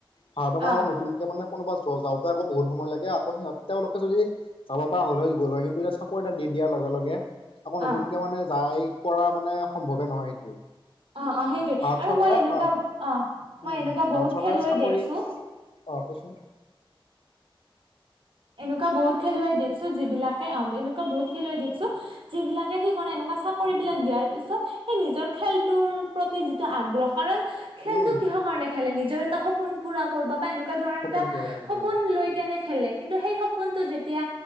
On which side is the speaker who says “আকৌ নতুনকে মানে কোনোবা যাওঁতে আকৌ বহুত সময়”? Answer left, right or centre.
Left